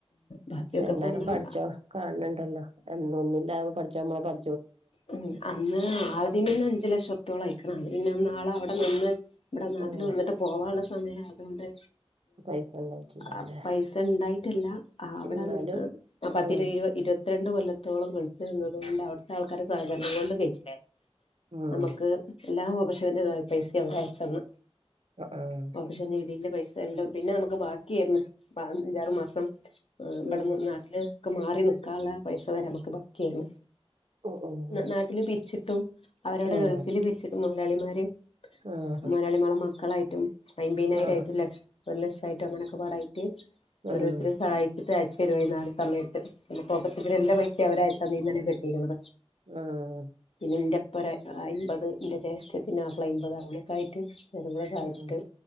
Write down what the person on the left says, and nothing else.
ബാക്കിയൊക്കെ
ഇപ്പ നമ്മള്
ഉ അന്ന് ആളതിന്ന്
അഞ്ചു ലക്ഷംത്തോള അഴക്കണം അത് പിന്നെന്നാള അവിടെ നിന്ന് ഇവിടെ നാട്ടിൽ
വന്നിട്ട് പോവാനുള്ള സമയ അതുകൊണ്ട്
ആ പൈസ ഉണ്ടായിട്ടല്ല അവിടെ
നിക്ക് പത്തിരപ
ഇരുപത്തി പത്ര രണ്ട് കൊല്ലത്തോളം ഗൾഫിൽ നിന്നത് കൊണ്ട് അവിത്തെ ആൾക്കാരെ സഹകരണം കൊണ്ട് കഴിച്ചിലായതാ
നമുക്ക് എല്ലാ ഓപ്പറേഷൻ ന്റെ പൈസയും അവര് അയച്ചന്ന്
ഓപ്പറേഷൻ രീതിന്റെ പൈസ എല്ലാം പിന്നെ നമുക്ക് ബാക്കിന്ന് അഞ്ചാറു മാസം ഇവിടന്ന്
നാട്ടില് മാറി നിക്കാനുള്ള പൈസ വരെ നമക്ക് ബാക്കിയന്ന്
നാട്ടില് പിരിച്ചിട്ടും അവരടെ
ഗൾഫിൽ പിരിച്ചിട്ടും മുതലളിമാരെ
മലയാളിമള മക്കളായിട്ടും ഐബീനായരായിട്ടുംക്ഷ
ഒരു ലക്ഷംയിട്ടും അങ്ങനെയൊക്കെ പാടായ
ഓരോരുത്തര സഹായിച്ചിട്ട് അയച്ച തരു നാല് സമയത്ത് കോപ്പത്തി എല്ലാം പൈസ അവ സമയന കെട്ടികള
എന്റെ പ്പ അമ്പത് എന്റെ ജെശത്തി ആപ്പള അമ്പത് അനക്കായിട്ട് വെരു കടെ സഹായിച്ചിട്ട്